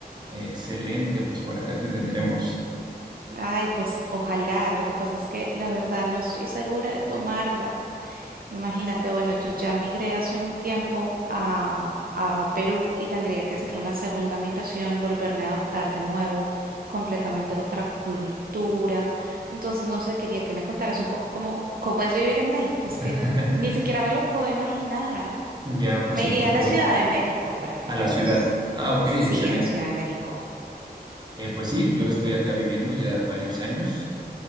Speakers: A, on the right (about 25°); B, on the right (about 65°).
A: Excelente, pues por acá te tendremos.
B: Ay, pues ojalá. Lo que pasa es que la verdad no estoy segura de tomarla. Imagínate, bueno, yo ya migré hace un tiempo a, a Perú y tendría que hacer una segunda migración, volverme a adaptar de nuevo, completamente a otra cultura. Entonces, no sé, quería que me contaras un poco cómo, cómo es vivir en México. Es
A: <laughs>
B: que ni siquiera me lo puedo imaginar.
A: Ya, por
B: Me
A: supuesto,
B: iría a la Ciudad de México para que
A: a
B: tengas...
A: la ciudad. Ah, ok,
B: Sí,
A: excelente.
B: a la Ciudad de México.
A: Eh, pues sí, yo estoy acá viviendo ya varios años.